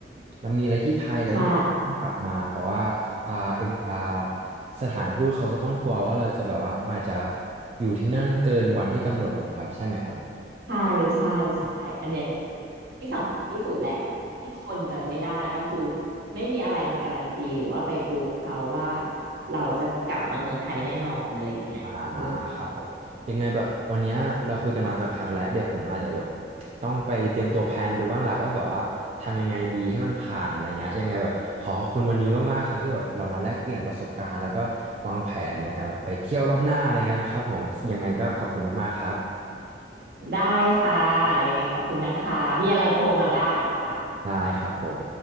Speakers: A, on the right (about 35°); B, on the right (about 60°).
A: เรามีอะไรที่ไทยแล้วยังต้องกลับมาเพราะว่าอ่าเอ็มอ่า
B: ใช่
A: สถานทูตเขาก็ต้องกลัวว่าเราจะแบบว่าอาจจะอยู่ที่นั่นเกินวันที่กำหนดนะนะครับใช่ไหมครับ
B: ใช่ใช่ใช่อันเนี้ย ที่สำคัญที่สุดแหละที่คนจะไม่ได้ก็คือไม่มีอะไรมาการันตีหรือว่าไปพรูฟเขาว่าเราจะกลับมาเมืองไทยแน่นอนอะไรอย่างเงี้ยเออ
A: อ่าครับผมยังไงแบบวันเนี้ยเราคุยกันมาสักพักแล้วเดี๋ยวผมอาจจะแบบต้องไปเตรียมตัวแพลนดูบ้างแหละว่าแบบว่าทำยังไงดีให้มันผ่านอะไรเงี้ยยังไงแบบขอขอบคุณวันนี้มากๆครับที่แบบเรามาแลกเปลี่ยนประสบการณ์แล้วก็วางแผนในการแบบไปเที่ยวรอบหน้าอะไรเงี้ยนะครับผมยังไงก็ขอบคุณมากๆครับ
B: ได้ค่ะยังไงขอบคุณนะคะมีอะไรโทรมาได้จ้ะ
A: ได้ครับผม